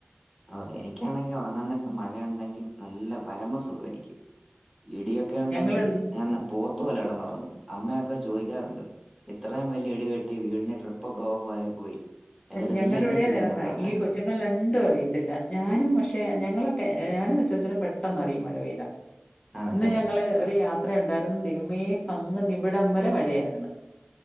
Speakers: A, in the centre; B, on the left.
A: ഓഹ് എനിക്കാണെങ്കി ഉറങ്ങൻ നേരത്ത് മഴ ഉണ്ടെങ്കി നല്ല പരമസുഖാ എനിക്ക് ഇടിയൊ ക്കെ ഉണ്ടെങ്കി
B: ഞങ്ങള്
A: ഞാ അന്ന് പോത്ത് പോലെ കിടന്ന് ഉറങ്ങും അമ്മയൊക്കെ ചോയിക്കാറുണ്ട് ഇത്രേയും വല്ല്യ ഇടിവെട്ടി വീടിന്റെ ട്രിപ്പൊക്കെ ഓഫായി പോയി എന്നിട്ട്
B: ഞങ്ങൾടെ
A: നീ എണീച്ചില്ലല്ലോടാ
B: ഇവിടെ കണക്കാ
A: അത്.
B: ഈ കൊച്ചുങ്ങൾ രണ്ടും അറിയത്തില്ല ഞാനും പക്ഷെ ഞങ്ങളൊക്കെ ഞാനും അച്ചാച്ചനും പെട്ടെന്ന്റിയും മഴ പെയ്താ
A: ആണല്ലേ?
B: ഇന്ന് ഞങ്ങള് ഒരു യാത്രയുണ്ടായിരുന്നു ദൈവമേ അങ്ങ്ന്ന്ഇവിടം വരെ മഴയായിരുന്നു